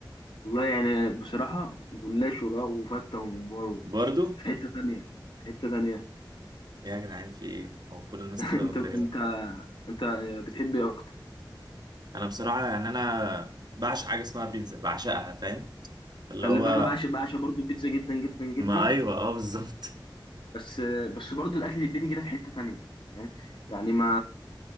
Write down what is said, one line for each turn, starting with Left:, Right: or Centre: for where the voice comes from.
Left: والله يعني بصراحة جلاش وراء وفتة وممبار
Right: برضو
Left: في حتة تانية في حتة تانية
Right: إيه يا جدعان في ايه هو كل الناس
Left: <laughs>
Right: كده
Left: انت
Right: ولا
Left: انت
Right: ايه
Left: انت بتحب ايه اكتر
Right: انا بصراحه يعني انا بعشق حاجه اسمها بيتزا بعشقها فاهم اللي
Left: خلي
Right: هو
Left: بالك انا بعشق بعشق برضو البيتزا جدا جدا جدا
Right: ما ايوه اه بالظبط
Left: بس بس برضو الاكل البيتي كده في حتة تانية فاهم يعني ما